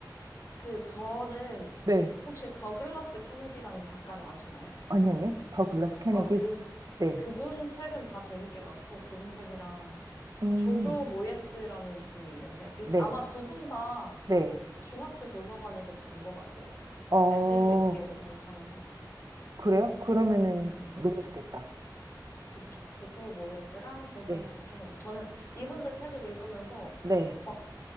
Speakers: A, on the left (about 35°); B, on the right (about 50°).
A: 그, 저는,
B: 네.
A: 혹시 더글라스 케네디라는 작가를 아시나요?
B: 아니, 아니요. 더 글라스 케네디.
A: 어, 그,
B: 네.
A: 그분 책은 다 재밌게 봤고, 그분 책이랑
B: 음,
A: 조조 모예스라는 분이 있는데, 이-
B: 네,
A: 아마 두 분 다
B: 네.
A: 중학교 도서관에서도 본 것 같아요. 그
B: 어, 어,
A: 애들 읽기에도 괜찮은 소설.
B: 그래요? 그러면은
A: 네.
B: 너무 좋겠다.
A: 그쵸. 조조 모예스랑 더글라스
B: 네,
A: 케네디. 저는 이분들 책을 읽으면서
B: 네.
A: 막